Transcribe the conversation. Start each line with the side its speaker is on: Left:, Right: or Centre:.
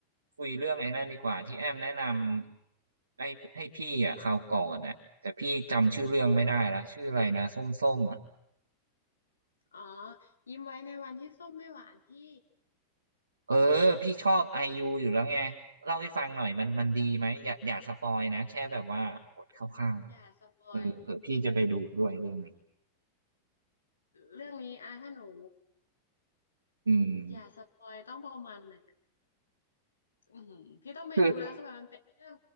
Right: คุยเรื่องไอ้นั่นดีกว่าที่แอมแนะนำให้ให้พี่อ่ะคราวก่อนอ่ะแต่พี่จำชื่อเรื่องไม่ได้แล้วชื่ออะไรนะส้มๆอ่ะ
Left: อ๋อยิ้มไว้ในวันที่ส้มไม่หวานที่
Right: เออพี่ชอบไอยูอยู่แล้วไงเล่าให้ฟังหน่อยมันมันดีไหมอย่าอย่าสปอยนะแค่แบบว่าบทคร่าวๆนะ
Left: อย่าสปอย
Right: เออเผื่อพี่จะไปดูด้วยเรื่องนี้
Left: เรื่องนี้อ่ะถ้าหนู
Right: อืม
Left: อย่าสปอยต้องประมาณไหนอะอือหือพี่ต้องไปดูนะคือแบบมันเป็นเรื่อง
Right: คือ